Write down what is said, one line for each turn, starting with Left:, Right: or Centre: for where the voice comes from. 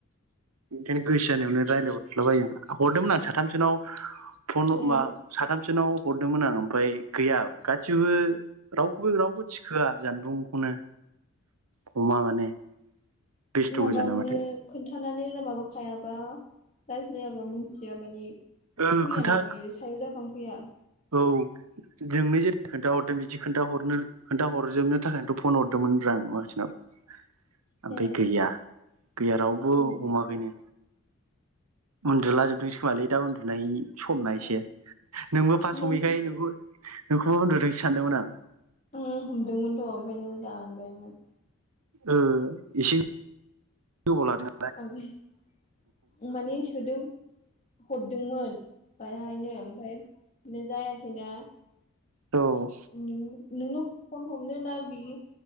Right: बेखायनो गोसो जानायावनो रायलायहरदलाबायो आं हरदोंमोन आं साथामसोनाव फन
Left: ए
Right: मा साथामसोनाव हरदोंमोन आं ओमफ्राय गैया गासिबो रावखौबो रावबो थिखोआ जानबुंखौनो हमा माने। बेस्थ' गोजा
Left: माबानो
Right: नामाथाय
Left: खोनथानानै माबाखायाबा। रायज्लायाबा मिथिया माने
Right: ओ
Left: फैयाना
Right: खोन्था
Left: बियो सायाव जाखां फैया।
Right: औ नोंनो जेरै खोन्थाहरदों बिदि खोन्थाहरनो खोनथा हरजोबनो थाखायनोथ' फन हरदोंमोनब्रा आं माखासेनाव। ओमफाय
Left: ए
Right: गैया, गैया रावबो
Left: उम
Right: हमाखैनो। उन्दुला जोबदोंसो खोमालै दा उन्दुनायनि समना एसे
Left: औ
Right: नोंबो समैखाय
Left: नों
Right: नोंखौ-नोंखौबो उन्दुदोसो सानदोंमोन आं
Left: उम हमदोंमोनथ' ओमफाय नों दानबायमोन।
Right: ओ इसे गोबाव लादों।
Left: <unintelligible> माने सोदोम हरदोंमोन। बायहायनो ओमफाय बिदिनो जायासैना।
Right: औ
Left: नोंनि नोंनो फन हमनो ना बियो?